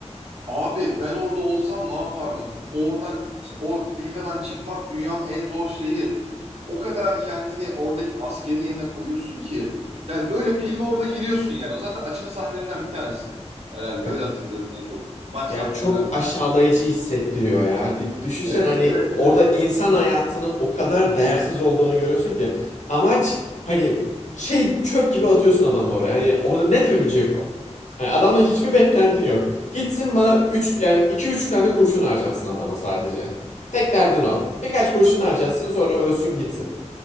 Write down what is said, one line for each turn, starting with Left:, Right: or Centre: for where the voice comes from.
Right: Abi ben orada olsam ne yapardım? Oradan işte o filikadan çıkmak dünyanın en zor şeyi o kadar kendini oradaki askerin yerine koyuyorsun ki yani böyle filme orada giriyorsun yani. O zaten açılı sahnelerinden bir tanesi herhalde
Left: Ya
Right: öyle hatırlıyorum. Yani çok baş
Left: Ya
Right: sahnelerinden
Left: çok
Right: bir tanesi.
Left: aşağılayıcı hissettiriyor ya. D- Düşünsen
Right: Evet,
Left: hani
Right: evet, evet.
Left: orada insan hayatının o kadar değersiz olduğunu görüyorsun ki amaç hani şey çöp gibi atıyorsun adamı oraya. Hani orada net ölecek o. Hani adamla hiçbir beklentin yok. Gitsin bana üç yani 2 3 tane kurşun harcatsın adama sadece. Tek derdin o. Birkaç kurşun harcatsın sonra ölsün gitsin.